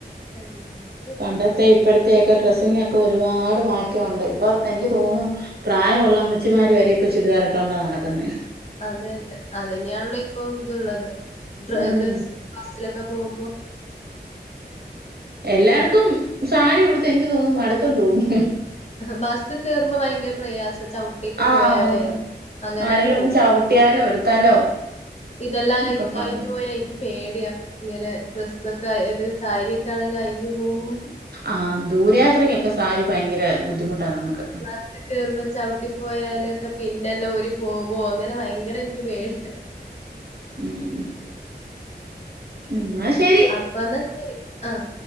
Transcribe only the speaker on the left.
എല്ലത്
അതെ അതെ അതന്നെയാണല്ലോ ഇപ്പൊ ഇതൊള്ളത് ഡ്രെ
ത് ബസ്സിലൊക്കെ പോവുമ്പോ
ബസി കേറുമ്പ ഭയങ്കര പ്രയാസ ചൗ ട്ടി ഒക്കെ
പോയാലേ
അങ്ങനന്നെ
വീഴും
ഉം ഇതെല്ലാം അഴി
അഴിഞ്ഞു പോയാരിക്കും. പേടിയ ഇങ്ങനെ ഡ്രസ്സക്കെ അത് സാരിയക്കാണെങ്കി അഴിഞ്ഞു പോവോ
ബസി കേറുമ്പ ചവിട്ടി പോയാലക്കെ പിന്നെല്ലാം ഊരി പോവോ അങ്ങനെ ഭയങ്കര എനിക്ക് പേടിയ.
അപ്പന്നാ ശെരി ആഹ്